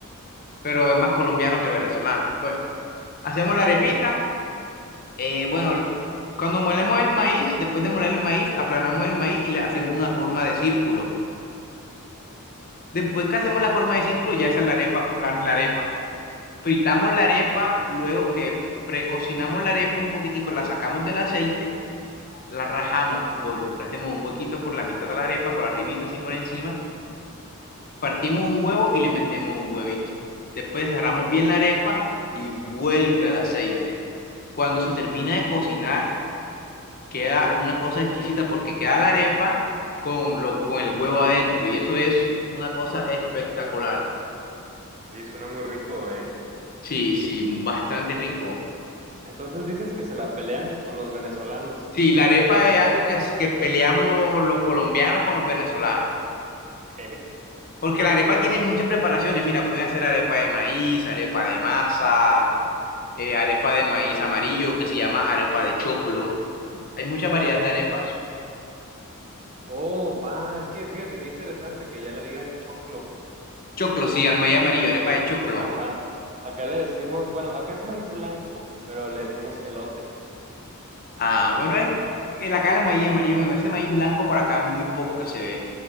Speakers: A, on the left (about 45°); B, on the right (about 30°).
A: pero es más colombiano que venezolano. Bueno, hacemos la
B: ok.
A: arepita. eh, bueno, cuando molemos el maíz, después de moler el maíz, aplanamos el maíz y le hacemos una forma de círculo. Después que hacemos la forma de
B: Eh,
A: círculo, ya esa es la arepa, la, la arepa. Fritamos la arepa, luego que precocinamos la arepa un poquitico, la sacamos del aceite, la rajamos por, le hacemos un huequito por la mitad de la arepa, por arribita así por encima Partimos un huevo y le metemos un huevito. Después agarramos bien la arepa y vuelve al aceite. Cuando se termina de cocinar, queda una cosa exquisita porque queda la arepa con, lo, con el huevo adentro y eso es una cosa espectacular.
B: Oye, suena muy rico, ¿eh?
A: Sí, sí, bastante rico.
B: Entonces dices que se la pelean con los venezolanos.
A: Sí, la arepa es algo que, es- que peleamos los colombianos con los venezolanos.
B: Ok,
A: Porque la arepa
B: Y,
A: tiene muchas
B: ajá,
A: preparaciones. Mira, puede hacer arepa de maíz, arepa de masa. eh, arepa de maíz amarillo que se llama arepa de choclo. Hay mucha variedad
B: ok.
A: de arepas.
B: Oh, ah, es que fíjate qué interesante que allá le digan choclo.
A: Choclo, sí, al maíz amarillo, arepa de choclo.
B: Ajá. Acá le decimos, bueno, acá es maíz blanco, pero le decimos elote.
A: Ah, bueno, es el acá el maíz amarillo, bueno, ese maíz blanco por acá muy poco que se ve.